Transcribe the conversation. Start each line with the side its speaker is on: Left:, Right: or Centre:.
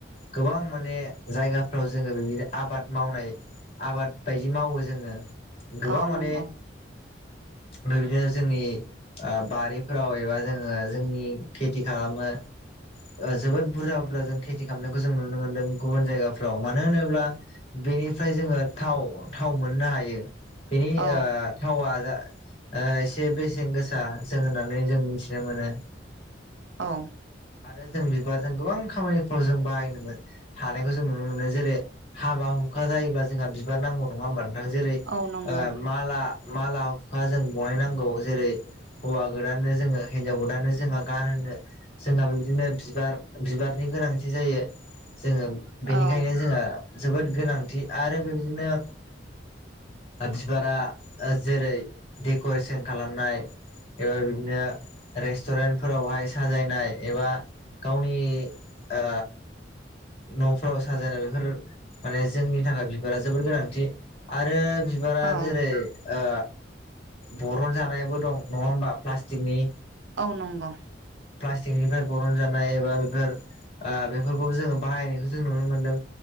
Left: गोबां माने जायगाफ्राव जोङो बेबादिनो आबाद मावनाय आबाद बायदि मावो जोङो गोबां
Right: औ
Left: माने
Right: नंगौ
Left: बे बिदिनो जोंनि बारिफोराव एबा जों ओ जोंनि खेथि खालामो ओ जोबोद बुरजा बुरजा जों खेथि खामनायखौ जों नुनो मोन्दों गुबुन जायगाफ्राव मानो होनोब्ला बेनिफ्राय जोङो थाव थाव मोननो हायो बेनि
Right: औ
Left: ओ थावा जा ओ एसे बेसेन गोसा जों होननानै जों मिथिनो मोनो
Right: औ
Left: आरो जों बिबारजों गोबां खामानिफ्राव जों बाहायनोमोन हानायखौ जों नुनो मोनो जेरै हाबा हुखा जायोब्ला जोंहा बिबार नांगौ नङा होमबा नोंथां जेरै
Right: औ नंगौ
Left: माला माला हुखा जों बनायनांगौ जेरै हौवा गोदाननो जोङो हिनजाव गोदाननो जोंहा गान होनो जोंहा बिदिनो बिबार बिबारनि गोनांथि जायो जोङो बेनिखायनो
Right: औ
Left: जोंहा जोबोद गोनांथि आरो बेबायदिनो बिबारा ओ जेरै देकारेसन खालामनाय एबा बिदिनो रेस्टुरेन्ट फोरावहाय साजायनाय एबा गावनि ओ न'फ्राव साजायनाय बेफोर माने जोंनि थाखाय बिबारा जोबोर गोनांथि आरो बिबारा
Right: औ
Left: जेरै ओ बरन जानायबो दं नङा होमबा प्लास्टिकनि
Right: औ नंगौ
Left: प्लास्टिकनिफ्राय बरन जानाय एबा बेफोर ओ बेफोरखौ जोङो बाहायनायखौ जों नुनो मोनदों